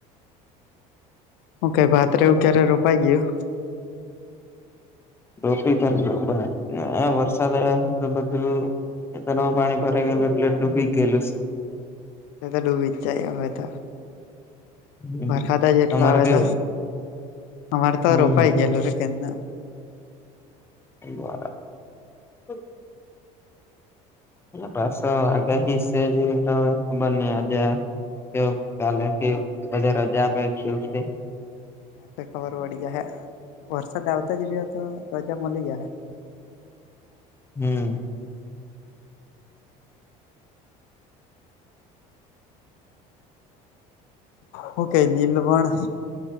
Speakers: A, on the left; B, on the left.
A: હું કેય ભાતરે રોપાઈ ગયો?
B: <unintelligible> ખેતરમાં પાણી ભરાઈ ગયેલું એટલે ડૂબી ગયલું છે.
A: તે ત ડૂબી જ જાય અવે ત
B: હમ્મ
A: વરખાદા જેટલા
B: તમારે
A: આવે
B: કેવું
A: ત અમારે તો
B: હમ્મ
A: રોપાઈ ગયેલું કેયાનુ.
B: <inaudible> પાછા આગાહિ શે જેવી તો હવે ખબર નઈ આજે <unintelligible> જા આપે કેવુક તે
A: તો ખબર પડી જાય હે વરસાદ આવતા જ રહ હો તો રજા મળી જાય હે.
B: હમ.
A: હું કેય દિલવણ